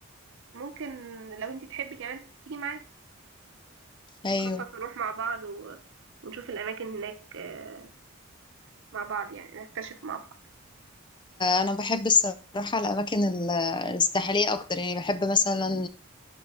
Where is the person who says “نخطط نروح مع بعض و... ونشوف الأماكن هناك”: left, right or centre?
Right